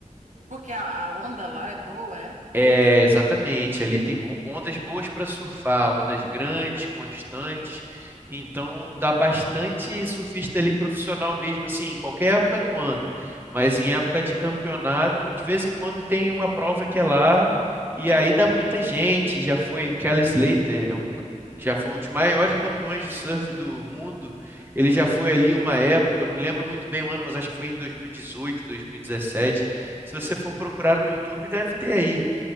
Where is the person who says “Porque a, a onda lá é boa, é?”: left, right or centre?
Right